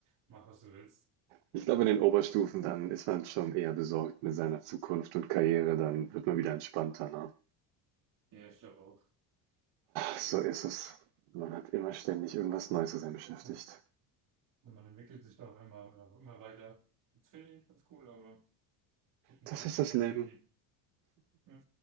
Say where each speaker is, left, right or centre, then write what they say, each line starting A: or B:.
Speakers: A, on the right; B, on the right.
A: mach, was du willst.
B: Ich glaube, in den Oberstufen dann ist man schon eher besorgt mit seiner Zukunft und Karriere, dann wird man wieder entspannter. Ne?
A: Ja, ich glaube auch.
B: So ist es. Man hat immer ständig irgendwas Neues, zu sein beschäftigt.
A: Ja. Und man entwickelt sich da auch immer, immer weiter. Das finde ich ganz cool, aber gucken
B: Das
A: wollen,
B: ist
A: dass
B: das
A: das
B: Leben.
A: hingeht. Ja.